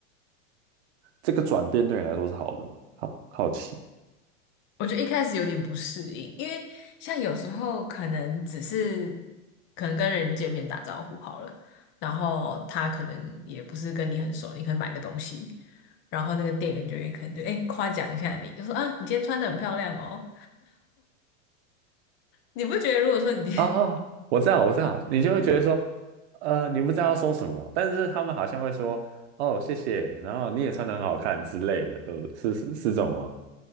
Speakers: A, on the right; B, on the left.
A: 这个转变对你来说是好的吗？好好奇，
B: 我觉得一开始有点不适应，因为像有时候可能只是可能跟人见面打招呼好了，然后他可能也不是跟你很熟，你可能买个东西，然后那个店员就会可能就哎夸奖一下你，就说啊你今天穿的很漂亮哦。你不觉得如果说你今天
A: 啊，我知道，我知道，你就会觉得说，呃，你不知道要说什么，但是他们好像会说，哦，谢谢，然后你也穿得很好看之类的，都是是是这种吗？